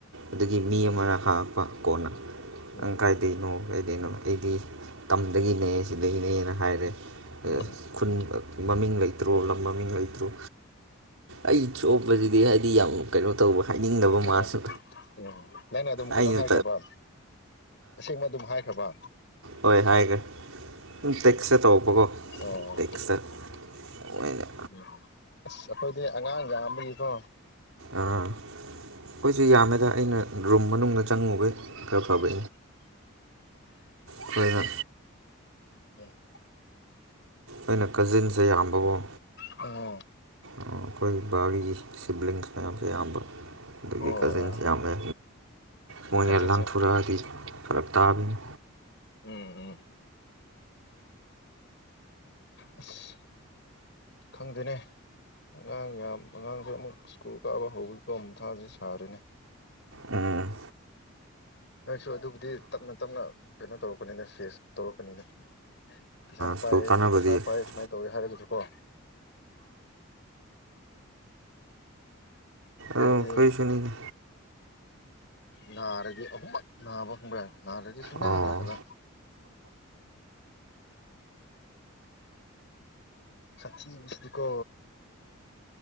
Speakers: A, on the right; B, on the left.
A: ꯑꯗꯨꯒꯤ ꯃꯤ ꯑꯃꯅ ꯍꯥꯡꯉꯛꯄ ꯀꯣꯟꯅ ꯅꯪ
B: ꯎꯝ
A: ꯀꯥꯏꯗꯩꯅꯣ ꯀꯩꯗꯅꯣ ꯑꯩꯗꯤ ꯇꯝꯗꯒꯤꯅꯦ ꯁꯤꯗꯒꯤꯅꯦꯅ ꯍꯥꯏꯔꯦ
B: ꯎꯝ
A: ꯈꯨꯟ ꯃꯃꯤꯡ ꯂꯩꯇ꯭ꯔꯣ ꯂꯝ ꯃꯃꯤꯡ ꯂꯩꯇ꯭ꯔꯣ ꯑꯩ ꯁꯣꯛꯄꯕꯁꯤꯗꯤ ꯍꯥꯏꯗꯤ ꯌꯥꯝ ꯀꯩꯅꯣ ꯇꯧꯕ ꯍꯥꯏꯅꯤꯡꯗꯕ
B: ꯎꯝ
A: ꯃꯥꯁꯨ
B: ꯎꯝ ꯅꯪꯅ ꯑꯗꯨꯝ ꯀꯩꯅꯣ
A: ꯑꯩꯅ
B: ꯍꯥꯏꯈ꯭ꯔꯕ ꯑꯁꯦꯡꯕ ꯑꯗꯨꯝ ꯍꯥꯏꯈ꯭ꯔꯕ
A: ꯍꯣꯏ ꯍꯥꯏꯈ꯭ꯔꯦ ꯎ ꯇꯦꯛꯁꯇ ꯇꯧꯕꯀꯣ
B: ꯑꯣ
A: ꯇꯦꯛꯁꯇ ꯃꯣꯏꯅ
B: ꯎꯝ ꯑꯁ ꯑꯩꯈꯣꯏꯗꯤ ꯑꯉꯥꯡꯒ ꯑꯃꯒꯤꯀꯣ
A: ꯑꯥ ꯑꯩꯈꯣꯏꯁꯨ ꯌꯥꯝꯃꯦꯗ ꯑꯩꯅ ꯔꯨꯝ ꯃꯅꯨꯡꯗ ꯆꯪꯉꯨꯕꯒꯤ ꯔꯚꯥꯕ ꯈꯈꯣꯏꯅ
B: ꯎꯝ
A: ꯑꯩꯅ ꯀꯖꯤꯟꯁꯦ ꯌꯥꯝꯕꯕꯨꯣ
B: ꯑꯣ
A: ꯑꯩꯈꯣꯏ ꯕꯥꯒꯤ ꯁꯤꯕ꯭ꯂꯤꯡꯁ ꯃꯌꯥꯝꯁꯦ ꯑꯌꯥꯝꯕ ꯑꯗꯒꯤ
B: ꯑꯣ
A: ꯀꯖꯤꯟꯁ
B: ꯑꯣ
A: ꯌꯥꯝꯃꯦ ꯃꯣꯏꯅ
B: ꯑꯠꯆꯥ
A: ꯂꯥꯟꯊꯣꯔꯛꯑꯗꯤ
B: ꯑꯠꯆꯥ
A: ꯐꯔꯛ ꯇꯥꯕꯅꯤ
B: ꯎꯝ ꯎꯝ ꯑꯁ ꯈꯪꯗꯦꯅꯦ ꯑꯉꯥꯡ ꯌꯥꯝ ꯑꯉꯥꯡꯁꯦ ꯑꯃꯨꯛ ꯁ꯭ꯀꯨꯜ ꯀꯥꯕ ꯍꯧꯋꯤꯀꯣ ꯑꯃꯨꯊꯁꯤ ꯁꯥꯔꯤꯅꯤ
A: ꯎꯝ
B: ꯅꯣꯏꯁꯨ ꯑꯗꯨꯕꯨꯗꯤ ꯇꯞꯅ ꯇꯞꯅ ꯀꯩꯅꯣ ꯇꯧꯔꯛꯀꯅꯤꯅ ꯐꯦꯁ ꯇꯧꯔꯛꯀꯅꯤꯅ ꯄꯩꯁꯥ
A: ꯁ꯭ꯀꯨꯜ
B: ꯄꯥꯏ
A: ꯀꯥꯟꯅꯕꯗꯤ
B: ꯄꯩꯁꯥ
A: ꯑꯗꯨꯝ
B: ꯄꯥꯏ ꯁꯨꯃꯥꯏꯅ ꯇꯧꯋꯦ ꯍꯥꯏꯔꯒꯁꯨꯀꯣ ꯑꯩꯈꯣꯏꯗꯤ
A: ꯑ ꯀꯣꯏꯁꯨꯅꯤꯅꯦ
B: ꯅꯥꯔꯗꯤ ꯑꯍꯨꯝꯃꯛ ꯅꯥꯕ ꯈꯪꯕ꯭ꯔꯥ ꯅꯅꯥꯗꯦꯗꯤ ꯁꯨꯅ
A: ꯑꯣ
B: ꯅꯗꯕꯥ ꯁꯥꯆꯤꯗꯤꯀꯣ